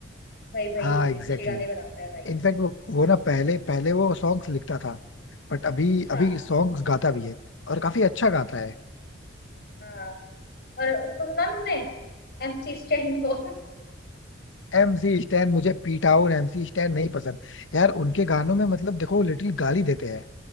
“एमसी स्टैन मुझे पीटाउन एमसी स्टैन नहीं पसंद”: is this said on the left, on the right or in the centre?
Left